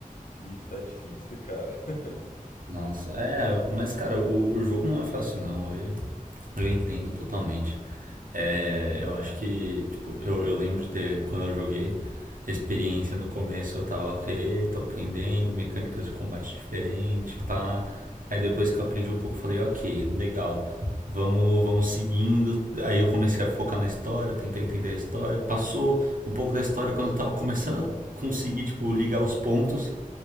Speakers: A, on the left; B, on the right.
A: E tá difícil, cara. <laughs>
B: Nossa, é, mas cara, o, o jogo não é fácil não, eu, eu entendo totalmente. É, eu acho que, tipo, eu, eu lembro de ter, quando eu joguei, a experiência no começo eu tava ok, tô aprendendo, mecânicas de combate diferente, pá. Aí depois que eu aprendi um pouco, eu falei, ok, legal, vamos, vamos seguindo. Aí eu comecei a focar na história, tentar entender a história. Passou um pouco da história quando eu tava começando a conseguir, tipo, ligar os pontos.